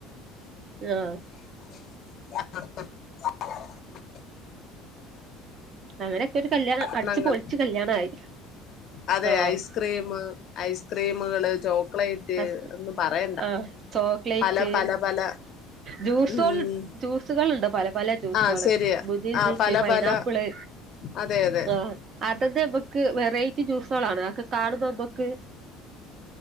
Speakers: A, on the right; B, on the left.
A: ആ
B: <inaudible> <unintelligible>
A: <unintelligible> കൊരു കല്യാണം
B: ഭക്ഷണങ്ങൾ
A: അട്ച്ച് പൊൾച്ച് കല്യാണായി
B: അതെ
A: ആഹ്
B: ഐസ്ക്രീമ് ഐസ്ക്രീമ്കള് ചോ ക്ളേറ്റ്
A: ഹസ്
B: ഒന്നും പറയണ്ട
A: ആഹ് ചോക്ലേറ്റ്
B: പല പല പല
A: ജ്യൂസൊള്
B: ഉം
A: ജ്യൂസ്കള് ഇണ്ടോ പലെ പലെ ജ്യൂസാള്
B: ആഹ് ശരിയാ
A: മുന്തിരി
B: ആഹ്
A: ജ്യൂസ്,
B: പല
A: പൈനാപ്പ്ള്,
B: പല അതെ അതെ
A: ആഹ് അതത് നമ്മക്ക് വെറൈറ്റി ജ്യൂസാളാ ആണ് അക്കെ കാണുമ്പ അമ്മക്ക്